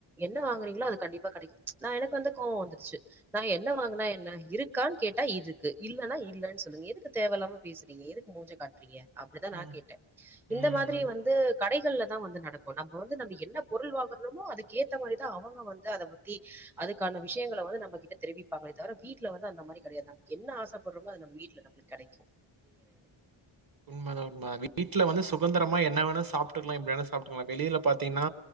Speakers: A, in the centre; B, on the right.
A: என்ன வாங்குறீங்களோ அது கண்டிப்பா கடைக்கு. நா எனக்கு வந்து கோவோ வந்துருச்சி நா என்ன வாங்குனா என்ன இருக்கான்னு கேட் இருக்கு இல்லன்னா இல்லன்னு சொல்லுங்க. எதுக்கு தேவயில்லாம பேசுறீங்க? எதுக்கு மூஞ்ச காட்டுறீங்க அப்டிதா நா
B: ம்.
A: கேட்டே இந்த
B: ம்.
A: மாதிரி வந்து கடைகள்ல இத்தா வந்து நடக்கு நம்ப வந்து நம்ப என்னா பொருள் வாங்குறமோ? அதுக்கேத்த மாரிதா அவங்க வந்து அத பத்தி அதுக்கான விஷயங்கள வந்து நம்ம கிட்ட தெரிவிப்பாங்களே தவர வீட்ல வந்து அந்த மாரி கெடையாது நமக்கு என்ன ஆசப்பட்றமோ அது நம்ம வீட்டுல நம்ளுக்கு கெடைக்கு
B: உண்மதா உண்மதா வீட்ல வந்து சுகந்தரமா என்ன வேணா சாப்புட்டுக்கலா எப்டி வேணா சாப்புட்டுக்கலா வெளில பாத்தீங்கன்னா